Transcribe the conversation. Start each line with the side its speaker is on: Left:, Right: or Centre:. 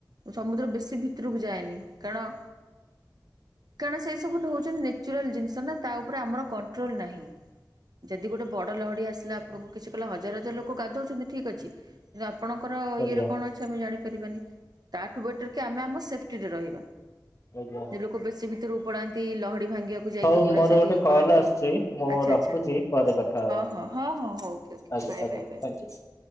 Right: ସମୁଦ୍ର ବେଶୀ ଭିତରକୁ ଯାଏନି କାରଣ କାରଣ ସେ ସବୁ ଦଉଚନ୍ତି ନେଚ୍ୟୁରାଲ ଜିନିଷ ନା ତା ଉପରେ ଆମର କଣ୍ଟ୍ରୋଲ୍ ନାହିଁ। ଯଦି ଗୋଟେ ବଡ ଲହଡି ଆସିଲା ଆପଣଙ୍କୁ କିଛି କିଲ ହଜାର ହଜାର ଲୋକ ଗାଧଉଛନ୍ତି ଠିକି ଅଛି। ଆପଣଙ୍କର ଇଏରେ
Left: ଆଜ୍ଞା।
Right: କଣ ଅଛି ଆମେ ଜାଣିପାରିବାନି ତାଠୁ ବେଟର୍ କି ଆମେ ଆମ ସେଫ୍ଟିରେ ରହିବା।
Left: ଆଜ୍ଞା।
Right: ଯୋଉ ଲୋକ ବେଶୀ ଭିତରକୁ ପଡାନ୍ତି ଲହଡି ଭାଙ୍ଗିବାକୁ ଯାଇକି
Left: ହଉ
Right: ପୁରା
Left: ମୋର
Right: ସେଠି
Left: ଗୋଟେ କଲ୍
Right: କରନ୍ତି
Left: ଆସୁଛି ମୁଁ
Right: ଆଚ୍ଛା
Left: ରଖୁଛି
Right: ଆଚ୍ଛା।
Left: ପରେ କଥା
Right: ହଁ
Left: ହବା
Right: ହଁ ହଁ ହଁ ହଉ ଓକ ଓକ
Left: ଆଜ୍ଞା
Right: ବାଏ
Left: ଆଜ୍ଞା
Right: ବାଏ ବାଏ।
Left: ଥ୍ୟାଙ୍କୟୁ।